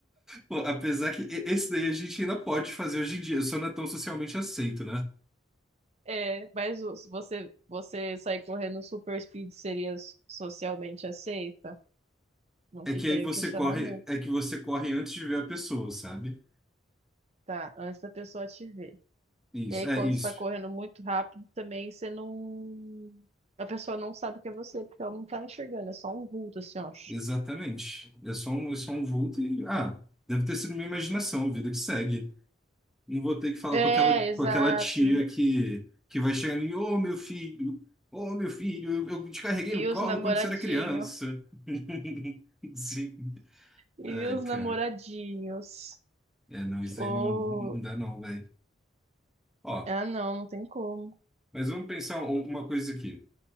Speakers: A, in the centre; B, on the right (about 35°).
A: Pô, apesar que e- esse daí a gente ainda pode fazer hoje em dia, só não é tão socialmente aceito, né?
B: É, mas o- se você, você sair correndo super speed seria socialmente aceita? Não
A: É
B: fica
A: que aí
B: aí
A: você
B: o questionamento.
A: corre, é que você corre antes de ver a pessoa, sabe?
B: Tá, antes da pessoa te ver.
A: Isso,
B: E aí,
A: é
B: quando
A: isso.
B: você tá correndo muito rápido, também você não. A pessoa não sabe que é você, porque ela não tá enxergando, é só um vulto, assim, ó.
A: Exatamente. É só um, é só um vulto e. Ah, deve ter sido minha imaginação, vida que segue. Não vou ter que falar
B: É,
A: com aquela,
B: exato.
A: com aquela tia
B: E,
A: que, que vai chegar em mim, ô meu filho, ô meu filho, eu, eu te carreguei
B: e
A: no colo
B: os namoradinhos.
A: quando você era criança. <laughs> Sim.
B: E
A: Ai,
B: os
A: cara.
B: namoradinhos.
A: É, não, isso
B: Ou.
A: aí não, não dá não, velho. Ó,
B: Ah, não, não tem como.
A: mas vamos pensar um- uma coisa aqui.